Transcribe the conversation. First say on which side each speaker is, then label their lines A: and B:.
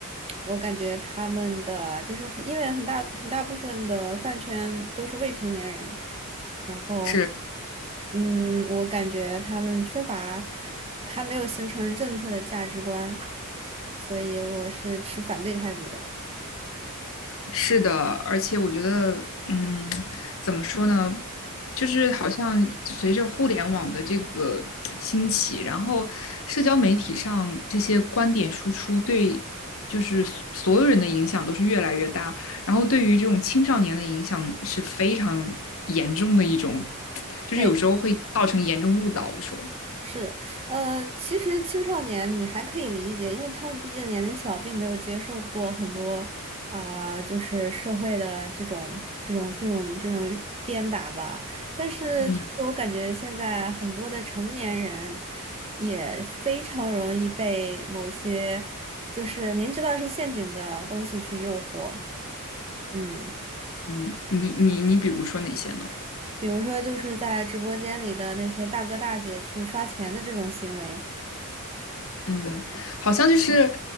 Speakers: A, on the right; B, on the left.
A: 我感觉他们的就是很，因为很大很大部分的饭圈都是未成年人，然后，
B: 是。
A: 嗯，我感觉他们缺乏，还没有形成正确的价值观，所以我是持反对态度的。
B: 是的，而且我觉得，嗯，怎么说呢，就是好像随着互联网的这个兴起，然后社交媒体上这些观点输出对，就是所所有人的影响都是越来越大，然后对于这种青少年的影响是非常严重的一种，就是有时候会造成严重误导。
A: 对。
B: 我说，
A: 是，呃，其实青少年你还可以理解，因为他们毕竟年龄小，并没有接受过很多啊、就是社会的这种、这种、这种、这种鞭打吧。但是，
B: 嗯。
A: 就是我感觉现在很多的成年人也非常容易被某些就是明知道是陷阱的东西去诱惑，嗯，
B: 嗯，你你你，比如说哪些呢？
A: 比如说就是在直播间里的那些大哥大姐去刷钱的这种行为。
B: 嗯，好像就是